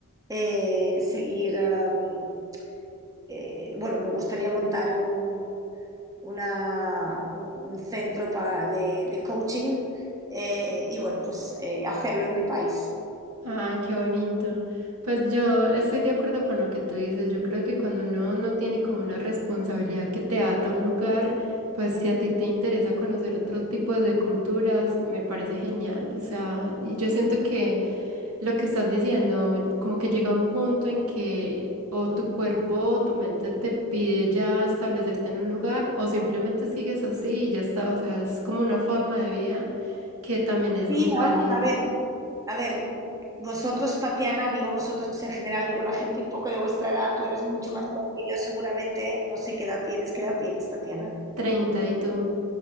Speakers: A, on the right (about 15°); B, on the right (about 75°).
A: eh, seguir, am, eh, bueno, me gustaría montar un, una- un- un centro pa- de, de coaching eh, y bueno, pues eh, hacerlo en mi país.
B: Ay, qué bonito. Pues yo estoy de acuerdo con lo que tú dices. Yo creo que cuando uno no tiene como una responsabilidad que te ata a un lugar, pues si a ti te interesa conocer otro tipo de culturas, me parece genial. O sea, y yo siento que lo que estás diciendo, como que llega un punto en que o tu cuerpo o tu mente te pide ya establecerte en un lugar o simplemente sigues así y ya está. O sea, es como una forma de vida que también es
A: Sí,
B: muy válida.
A: ahora, a ver, a ver, vosotros, Tatiana, digo vosotros en general, digo la gente un poco de vuestra edad, tú eres mucho más joven que yo, seguramente, no sé qué edad tienes, ¿qué edad tienes, Tatiana?
B: 30 y tú.